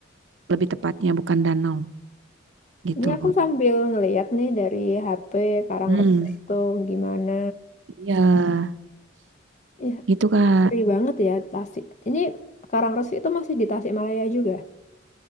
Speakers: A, on the right (about 65°); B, on the left (about 35°).
A: lebih tepatnya bukan danau gitu.
B: Ini aku sambil ngeliat nih dari HP Karangresi
A: Hmm,
B: itu gimana.
A: ya
B: Ya,
A: gitu Kak.
B: asri banget ya Tasik. Ini Karangresi itu masih di Tasikmalaya juga.